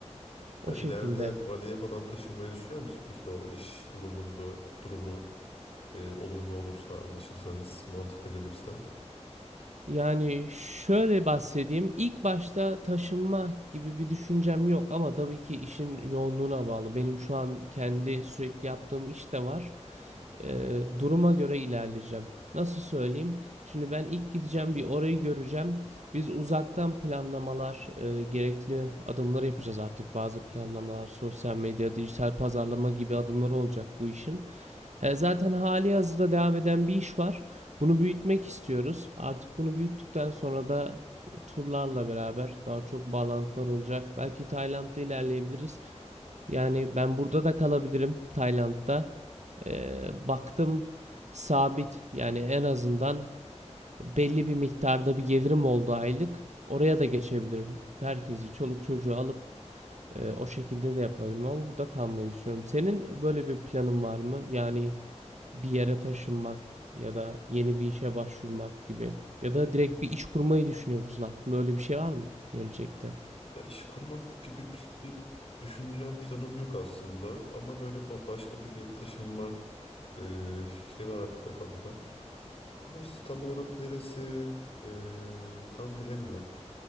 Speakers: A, on the right; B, on the left.
A: o
B: Hani
A: şekilde.
B: ileride Bali'ye falan taşınmayı düşünüyor musun? Peki o iş durumunda durumu e, olumlu olursa, anlaşırsanız, mantıklı gelirse.
A: Yani şöyle bahsedeyim. İlk başta taşınma gibi bir düşüncem yok ama tabii ki işin yoğunluğuna bağlı. Benim şu an kendi sürekli yaptığım iş de var. Ee, duruma göre ilerleyeceğim. Nasıl söyleyeyim? Şimdi ben ilk gideceğim bir orayı göreceğim. Biz uzaktan planlamalar, e, gerekli adımları yapacağız artık. Bazı planlamalar, sosyal medya, dijital pazarlama gibi adımları olacak bu işin. He, zaten hali hazırda devam eden bir iş var. Bunu büyütmek istiyoruz. Artık bunu büyüttükten sonra da turlarla beraber daha çok bağlantılar olacak. Belki Tayland'da ilerleyebiliriz. Yani ben burada da kalabilirim Tayland'da. Ee, baktım sabit yani en azından belli bir miktarda bir gelirim oldu aylık. Oraya da geçebilirim. Herkesi, çoluk çocuğu alıp e, o şekilde de yapabilirim ama burada kalmayı düşünüyorum. Senin böyle bir planın var mı? Yani bir yere taşınmak ya da yeni bir işe başvurmak gibi ya da direkt bir iş kurmayı düşünüyor musun? Aklında öyle bir şey var mı gelecekte?
B: Ya iş kurmak gibi pl- bir düşüncem, planım yok aslında. Ama böyle ba- başka bir bir yere taşınma e, fikri var hep kafamda. Ama işte tam olarak neresi e, tam bilemiyorum.